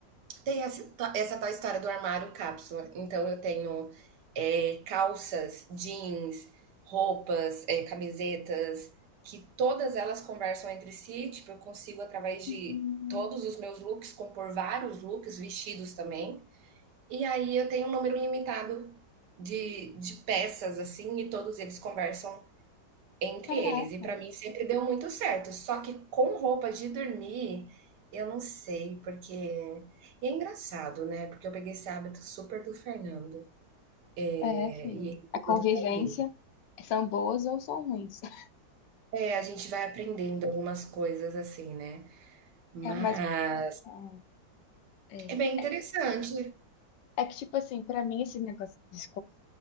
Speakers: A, on the right; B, on the left.
A: tem essa ta essa tal história do armário cápsula, então eu tenho, eh, calças, jeans, roupas, eh, camisetas, que todas elas conversam entre si, tipo, eu consigo através
B: Hum,
A: de todos os meus looks compor vários looks, vestidos também, e aí eu tenho um número limitado de de peças, assim, e todos eles conversam Entre
B: Caraca.
A: eles, e para mim sempre deu muito certo, só que com roupa de dormir, eu não sei, porque e é engraçado, né, porque eu peguei esse hábito super do Fernando,
B: É,
A: eh,
B: filho.
A: e ele
B: A
A: pegou
B: convivência
A: do pai dele.
B: são boas ou são ruins. <laughs>
A: É, a gente vai aprendendo algumas coisas assim, né, mas
B: É, mas ah, é.
A: é bem interessante,
B: É, que- é que, tipo assim, pra mim esse negócio de